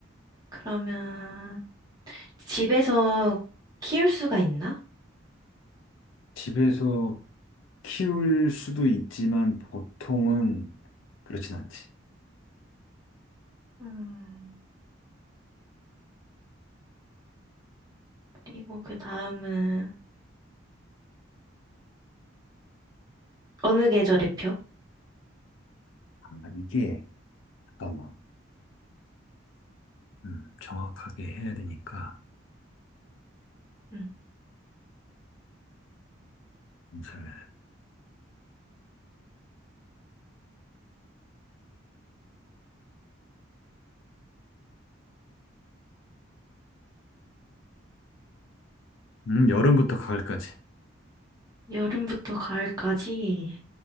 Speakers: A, on the right; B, on the left.
A: 그러면 집에서 키울 수가 있나?
B: 집에서 키울 수도 있지만 보통은 그렇진 않지.
A: 음, 그리고 그 다음은 어느 계절의 표?
B: 아, 이게 잠깐만 음, 정확하게 해야 되니까
A: 음,
B: 잠시만요. 음, 여름부터 가을까지.
A: 여름부터 가을까지